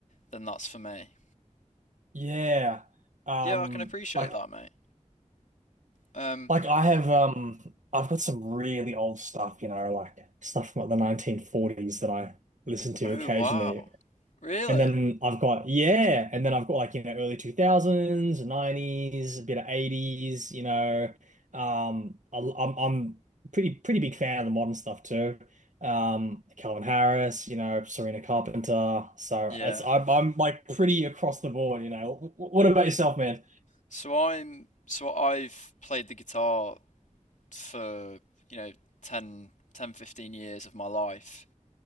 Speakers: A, on the left (about 75°); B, on the right (about 75°).
A: then that's for me.
B: Yeah. Um,
A: Yeah, I can appreciate
B: like
A: that, mate. Um.
B: like I have um I've got some really old stuff, you know, like stuff from like the 1940s that I listen to
A: Oh
B: occasionally.
A: wow. Really?
B: And then I've got yeah, and then I've got like, you know, early 2000s, 90s, a bit of 80s, you know. Um I, I'm I'm pretty pretty big fan of the modern stuff too. Um Calvin Harris, you know, Serena Carpenter. So
A: Yeah.
B: it's I'm I'm like pretty across the board, you know. W- w- what about yourself, man?
A: So I'm so I've played the guitar for, you know, ten, ten, 15 years of my life.